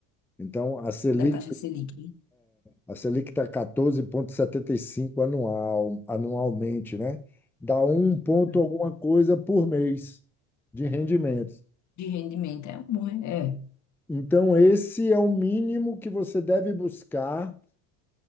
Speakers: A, in the centre; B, on the left.
A: Então, a Selic,
B: Da taxa Selic.
A: a Selic está quatorze vírgula setenta e cinco anual, anualmente, né? Dá um ponto
B: Uhum.
A: alguma coisa por mês de rendimentos.
B: De rendimento, é um bom, é,
A: Então, esse é o mínimo que você deve buscar